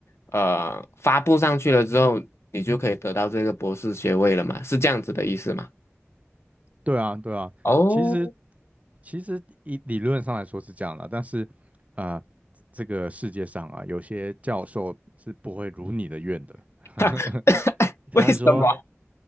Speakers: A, on the left (about 60°); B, on the right (about 30°).
A: 呃，发布上去了之后，你就可以得到这个博士学位了嘛，是这样子的意思吗？
B: 对啊，对啊。
A: 哦，
B: 其实其实以理论上来说是这样的，但是，啊，这个世界上啊，有些教授是不会如你的愿的。
A: <laughs>
B: <laughs> 他说：
A: 为什么